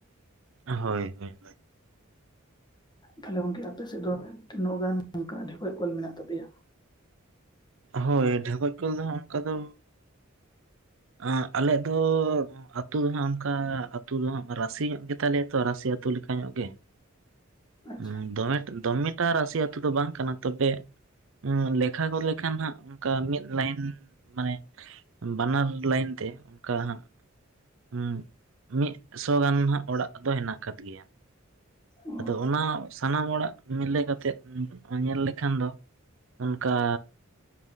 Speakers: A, on the right; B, on the left.
A: ᱦᱳᱭ ᱦᱳᱭ
B: ᱛᱟᱦᱞᱮ ᱜᱚᱝᱠᱮ ᱟᱯᱮ ᱥᱮᱫ ᱫᱚ ᱛᱤᱱᱟᱹᱜ ᱜᱟᱱ ᱚᱱᱠᱟ ᱰᱷᱮᱠᱚᱡ ᱠᱚᱞ ᱢᱮᱱᱟᱜ ᱛᱟᱯᱮᱭᱟ᱾
A: ᱦᱳᱭ ᱰᱷᱮᱠᱚᱡ ᱠᱚᱞ ᱫᱚ ᱦᱟᱸᱜ ᱚᱱᱠᱟ ᱫᱚ ᱟᱸ ᱟᱞᱮᱭᱟᱜ ᱫᱚ ᱟᱹᱛᱩ ᱫᱚ ᱦᱟᱸᱜ ᱚᱱᱠᱟ ᱟᱹᱛᱩ ᱫᱚ ᱦᱟᱸᱜ ᱨᱟᱥᱤ ᱧᱚᱜ ᱜᱮ ᱛᱟᱞᱮᱭᱟ ᱛᱚ ᱨᱟᱥᱤ ᱟᱹᱛᱩ ᱞᱮᱠᱟ ᱧᱚᱜ ᱜᱮ
B: ᱟᱪᱪᱷᱟ
A: ᱦᱮᱸ ᱫᱚᱢᱮ ᱫᱚᱢᱮᱴᱟ ᱨᱟᱥᱤ ᱟᱹᱛᱩ ᱫᱚ ᱵᱟᱝ ᱠᱟᱱᱟ ᱛᱚᱵᱮ ᱟᱸ ᱞᱮᱠᱷᱟ ᱜᱚᱫ ᱞᱮᱠᱷᱟᱱ ᱦᱟᱸᱜ ᱚᱱᱠᱟ ᱢᱤᱫ ᱞᱟᱭᱤᱱ ᱢᱟᱱᱮ ᱵᱟᱱᱟᱨ ᱞᱟᱭᱤᱱ ᱛᱮ ᱚᱱᱠᱟ ᱦᱟᱸᱜ ᱦᱩᱸ ᱢᱤᱫᱥᱚ ᱜᱟᱱ ᱦᱟᱸᱜ ᱚᱲᱟᱜ ᱫᱚ ᱦᱮᱱᱟᱜ ᱟᱠᱟᱫ ᱜᱮᱭᱟ
B: ᱚ
A: ᱟᱫᱚ ᱚᱱᱟ ᱥᱟᱱᱟᱢ ᱚᱲᱟᱜ ᱢᱤᱞᱮ ᱠᱟᱛᱮᱫ ᱧᱮᱞ ᱞᱮᱠᱷᱟᱱ ᱫᱚ ᱚᱱᱠᱟ